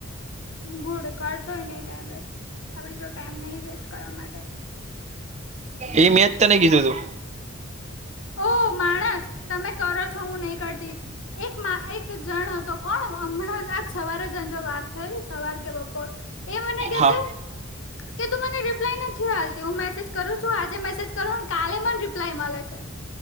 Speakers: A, on the left; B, on the right.
A: ગુડ કરશોઈ નહી ટાઈમ વેસ્ટ, આપડી જોડ ટાઈમ નહી વેસ્ટ કરવા માટે
B: એ મેં જ તને કીધું તું.
A: ઓ માણસ તમે કરો છો હું નહી કરતી. એક માં એક જણ હતો, કોણ હમણાં આજ સવારે જંજો વાત થઈ સવાર કે બપોર. એ મને કે
B: હા
A: છે, કે તું મને રિપ્લાય નથી આલતી હું મેસેજ કરું છું આજે મેસેજ કરું કાલે મન રિપ્લાય મલે છે.